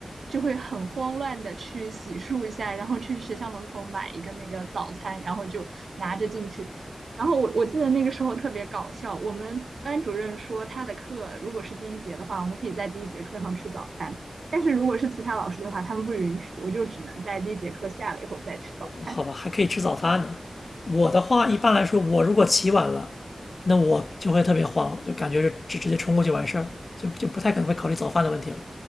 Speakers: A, on the right; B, on the left.
A: 就会很慌乱的去洗漱一下，然后去学校门口买一个那个早餐，然后就拿着进去。然后我我记得那个时候特别搞笑，我们班主任说他的课如果是第一节的话，我们可以在第一节课上吃早餐，但是如果是其他老师的话，他们不允许，我就只能在第一节课下了以后再吃早餐
B: 好吧，还可以吃早饭呢。我的话，一般来说，我如果起晚了，那我就会特别慌，就感觉就直直接冲过去完事儿，就就不太可能会考虑早饭的问题了，